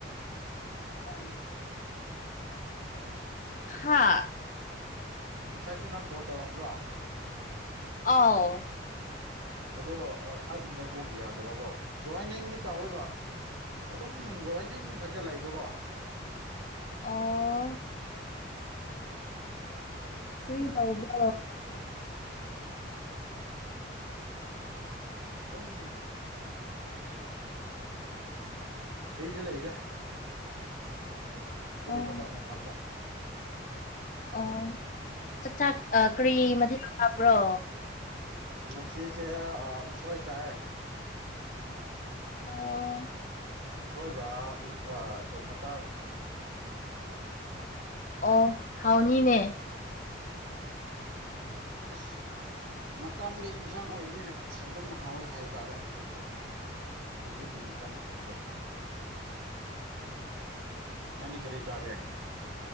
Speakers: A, on the left (about 40°); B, on the right (about 85°).
A: ꯍꯁꯦ ꯍꯥꯥ
B: ꯉꯁꯥꯏꯁꯨ ꯅꯪ ꯀꯣꯜ ꯇꯧꯔꯝꯕ꯭ꯔꯥ
A: ꯑꯥꯎ
B: ꯑꯗꯣ ꯑꯩꯗꯤ ꯅꯗꯣꯛꯈꯤ ꯌꯥꯗꯕ꯭ꯔ ꯀꯣ ꯖꯣꯏꯅꯤꯡꯗꯤ ꯇꯧꯋꯦꯕ ꯑꯗꯨꯝ ꯖꯣꯏꯅꯤꯡ ꯈꯛꯇ ꯂꯩꯕꯀꯣ
A: ꯑꯣ ꯇꯣꯏ ꯇ ꯑꯣꯕ
B: ꯑꯗꯝ ꯐ꯭ꯔꯔꯤꯖꯂ ꯏꯗ ꯑꯩꯈꯣꯏꯒꯤ
A: ꯑꯣ
B: ꯊꯕꯛ ꯃꯐꯝꯗ
A: ꯑꯣ ꯆꯥꯛ ꯆꯥꯛ ꯀꯔꯤ ꯃꯊꯦꯜ ꯂꯥꯕ꯭ꯔꯣ
B: ꯃꯁꯤꯁꯤꯁꯦ ꯎꯁꯣꯏ ꯆꯑ
A: ꯑꯣ
B: ꯁꯣꯏꯒ ꯎ ꯆꯦꯃꯇꯥ
A: ꯑꯣ ꯍꯥꯎꯅꯤꯅꯦ
B: ꯑꯁ ꯃꯇꯝꯒꯤ ꯏꯟꯁꯥꯡ ꯑꯣꯏꯕꯅꯤꯅꯁ ꯑꯗꯨꯝ ꯍꯥꯎꯋꯤ ꯍꯥꯏ ꯇꯥꯔꯦ ꯍꯧꯖꯤꯛꯇꯤ ꯍꯧꯖꯤꯛꯀꯤ ꯃꯇꯝ ꯑꯣꯏꯒꯦ ꯀꯅꯤ ꯀꯔꯤꯦ ꯇꯒꯦ